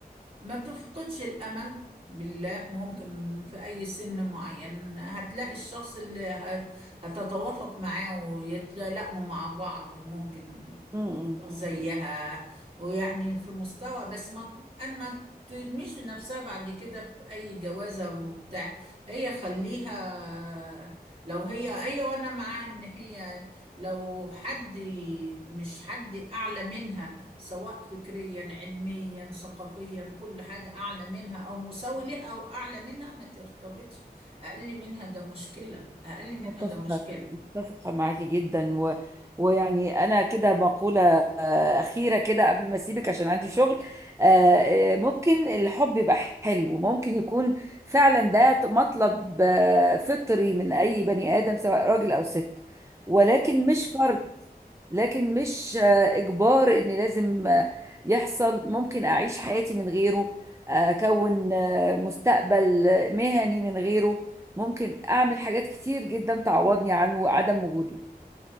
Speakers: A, on the right; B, on the right.
A: ما تفقدش الأمل بالله ممكن في أي سن معين هتلاقي الشخص اللي ه- هتتوافق معاه ويتلائموا مع بعض ممكن
B: امم
A: دكتور زيها ويعني في مستوى بس ما أن ما ترميش نفسها بعد كده في أي جوازة وبتاع هي خليها لو هي هي وأنا معاها إن هي لو حد مش حد أعلى منها سواء فكريا علميا ثقافيا كل حاجة أعلى منها أو مساوي لها أو أعلى منها ما ترتبطش أقل منها ده مشكلة أقل منها
B: متفقة
A: ده صح مشكلة
B: متفقة معاكي جدا و... ويعني أنا كده مقولة آه، أخيرة كده قبل ما أسيبك عشان عندي شغل آه، آه، ممكن الحب يبقى حلو ممكن يكون فعلا ده مطلب آه، فطري من أي بني آدم سواء راجل أو ست ولكن مش فرض لكن مش آه، إجبار إن لازم آه، يحصل ممكن أعيش حياتي من غيره آه، أكون آه، مستقبل آه، مهني من غيره ممكن أعمل حاجات كتير جدا تعوضني عنه وعدم وجوده